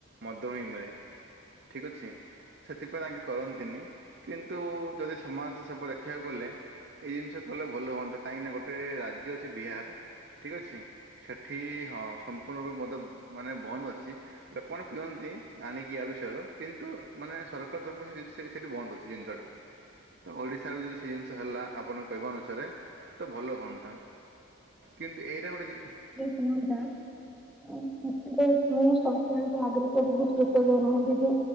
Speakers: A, on the right (about 50°); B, in the centre.
A: ମଦରୁ ହିଁ ମିଳେ ଠିକ ଅଛି ସେଥିପାଇଁ ତାଙ୍କେ କରନ୍ତିନି କିନ୍ତୁ ଯଦି ସମାଜ ସେବା ଦେଖିବାକୁ ଗଲେ ଏଇ ଜିନିଷ କଲେ ଭଲ ହୁଅନ୍ତା। କାହିଁକି ନା ଗୋଟେ ରାଜ୍ୟ ଅଛି ବିହାର ଠିକ ଅଛି। ସେଠି ହଁ ସମ୍ପୂର୍ଣ୍ଣ ରୂପେ ମଦ ମାନେ ବନ୍ଦ ଅଛି। ଲୋକମାନେ ପିଅନ୍ତି ଆଣିକି ଇଆଡୁ ସିଆଡୁ କିନ୍ତୁ ମାନେ ସରକାର ତରଫରୁ ସେ ସେଠି ବନ୍ଦ ଅଛି ଜିନିଷ ଟା। ତ ଓଡ଼ିଶାରେ ବି ଯଦି ସେଇ
B: ସେମିତି
A: ଜିନିଷ ହେଲା
B: ଯଦି
A: ଆପଣଙ୍କ
B: ଆମର
A: କହିବା
B: ଏଇ
A: ଅନୁସାରେ ତ ଭଲ ହୁଅନ୍ତା। କିନ୍ତୁ ଏଇଟା ଗୋଟେ ଜି
B: କଣ ଟା ସେଥିପାଇଁ ମୁଁ ସବୁବେଳେ ତା ଆଗରେ ତ ବହୁତ କୃତଜ୍ଞ ରୁହନ୍ତି ଯେ।